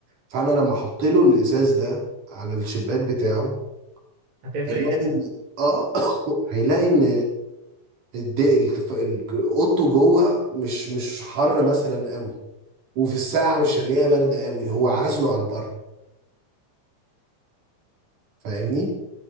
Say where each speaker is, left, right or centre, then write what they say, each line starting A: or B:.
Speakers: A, on the right; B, on the right.
A: فأنا لما أحط له الإزاز ده على الشباك بتاعه
B: هتفرق
A: هيلاقي
B: جدا
A: إن- آه <coughs> هيلاقي إن الد- الف- الج- اوضته جوه مش مش حر مثلا قوي وفي الساعه
B: مم.
A: مش هنلاقيها بارده قوي هو عازله عن بره فاهمني